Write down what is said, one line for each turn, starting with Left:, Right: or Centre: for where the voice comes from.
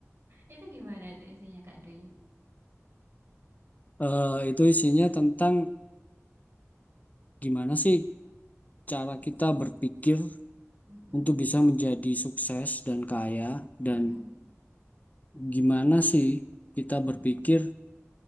Right: Itu gimana itu isinya Kak Dwi?
Left: Eh, itu isinya tentang gimana sih cara kita berpikir
Right: Mm-mm,
Left: untuk bisa menjadi sukses dan kaya dan
Right: mm-mm,
Left: gimana sih kita berpikir